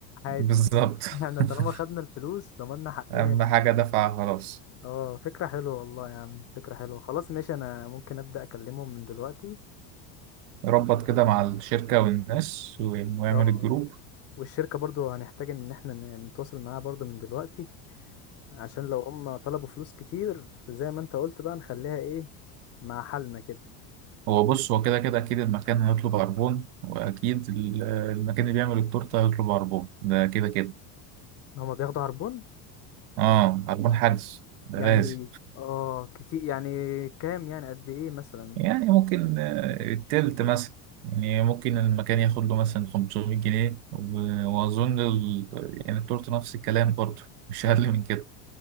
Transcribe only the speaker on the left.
عادي
احنا
طالما خدنا الفلوس ضمننا حقنا
اه فكرة حلوة والله يا عم فكرة حلوة خلاص ماشي انا ممكن ابدأ اكلمهم من دلوقتي
اه
والشركة برضو هنحتاج ان احنا ن- نتواصل معاها برضو من دلوقتي عشان لو هم طلبوا فلوس كتير زي ما انت قلت بقى نخليها ايه مع حالنا كده
هما بياخدوا عربون
يعني
اه كتير يعني كام يعني قد ايه مثلا